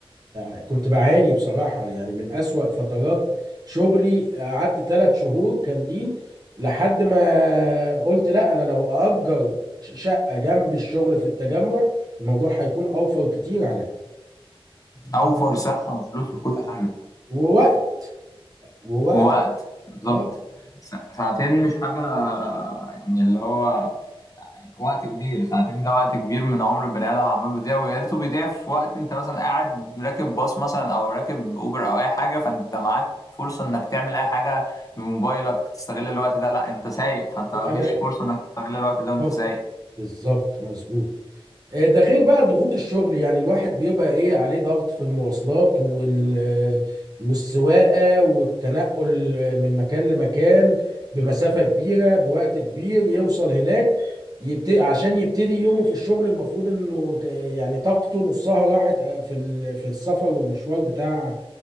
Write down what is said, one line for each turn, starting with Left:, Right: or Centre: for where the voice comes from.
Right: آه، كنت بعاني بصراحة يعني من اسوأ فترات شغلي قعدت ثلاث شهور كاملين لحد ما قلت لا انا لو اجر شقة جنب الشغل في التجمع الموضوع هيكون اوفر كتير
Left: اوفر صحه وفلوس وكل حاجه
Right: عليا ووقت
Left: ووقت بالظبط
Right: اه
Left: سا- ساعتين مش حاجه يعني اللي هو وقت كبير ساعتين ده وقت كبير من عمر البني ادم عمال بيضيع ويا ريته بيضيع في وقت انت مثلا قاعد راكب باص مثلا او راكب اوبر او اي حاجه فانت معاك فرصه انك تعمل اي حاجه بموبايلك تستغل الوقت ده لا انت سايق فانت مفيش
Right: انا
Left: فرصه انك تستغل الوقت ده وانت
Right: آه،
Left: سايق
Right: بالظبط مظبوط آه، ده غير بقى ضغوط الشغل يعني الواحد بيبقى ايه عليه ضغط في المواصلات وال والسواقة والتنقل من مكان لمكان بمسافة كبيرة بوقت كبير يوصل هناك يبتدي عشان يبتدي يومه في الشغل المفروض انه آه، يعني طاقته نصها راحت آه، في ال- في السفر والمشوار بتاع